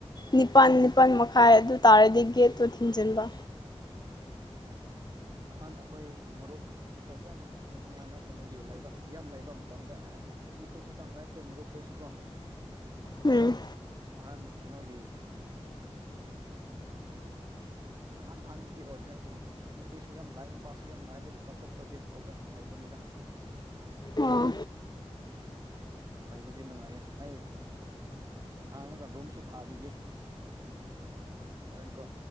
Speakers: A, on the left; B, on the right.
A: ꯅꯤꯄꯥꯜ ꯅꯤꯄꯥꯜ ꯃꯈꯥꯏ ꯑꯗꯨ ꯇꯥꯔꯗꯤ ꯒꯦꯠꯇꯨ ꯊꯤꯡꯖꯤꯟꯕ
B: ꯎꯝ ꯅꯍꯥꯟ ꯑꯩꯈꯣꯏ ꯃꯔꯨꯞ ꯃꯁꯜ ꯌꯥꯝ ꯅꯨꯡꯉꯥꯏꯅ ꯀꯩꯅꯣꯒꯤ ꯂꯩꯕ ꯌꯥꯝ ꯂꯩꯕ ꯃꯇꯝꯗ ꯑꯦ ꯅꯨꯄꯤꯈꯣꯏꯁꯨ ꯆꯪꯔꯦ ꯑꯩꯈꯣꯏ ꯃꯔꯨꯞ ꯈꯣꯏꯁꯨ ꯀꯣ
A: ꯎꯝ
B: ꯅꯍꯥꯟ ꯀꯩꯅꯣꯒꯤ ꯅꯍꯥꯟ ꯍꯥꯟꯗꯤ ꯑꯣꯏꯈ꯭ꯔꯦ ꯑꯗꯨꯒꯤ ꯅꯨꯄꯤꯁꯨ ꯌꯥꯝ ꯂꯥꯛꯑꯦ ꯅꯨꯄꯥꯁꯨ ꯌꯥꯝ ꯂꯥꯛꯑꯦ ꯑꯗꯨꯕꯨ ꯆꯠꯊꯣꯛ ꯆꯠꯁꯤꯟ ꯇꯧꯕ ꯇꯧꯕꯅꯤꯗ
A: ꯑꯣ
B: ꯂꯩꯕꯗꯤ ꯅꯨꯡꯉꯥꯏꯌꯦ ꯑꯩ ꯍꯥꯡꯔꯒ ꯔꯨꯝꯁꯨ ꯊꯥꯕꯤꯒꯦ ꯍꯣꯔꯦꯟꯀꯣ